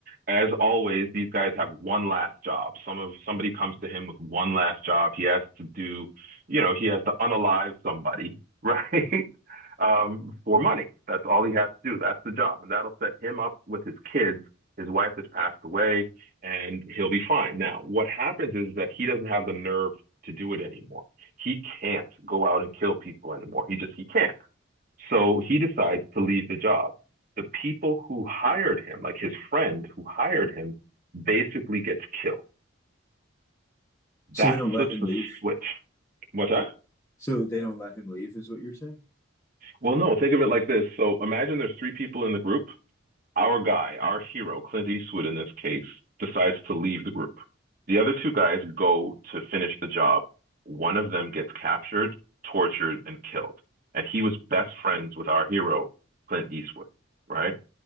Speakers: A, on the right; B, on the left.
A: as always, these guys have one last job. Some of somebody comes to him with one last job. He has to do, you know, he has to unalive somebody, right? <laughs> um, for money. That's all he has to do. That's the job. And that'll set him up with his kids. His wife has passed away and he'll be fine. Now, what happens is that he doesn't have the nerve to do it anymore. He can't go out and kill people anymore. He just, he can't. So he decides to leave the job. The people who hired him, like his friend who hired him, basically gets killed.
B: So
A: That
B: they don't let
A: flips
B: him
A: the
B: leave.
A: switch. What's that?
B: So they don't let him leave, is what you're saying?
A: Well, no, think of it like this. So imagine there's three people in the group Our guy, our hero, Clint Eastwood in this case, decides to leave the group. The other two guys go to finish the job. One of them gets captured, tortured, and killed. And he was best friends with our hero, Clint Eastwood, right?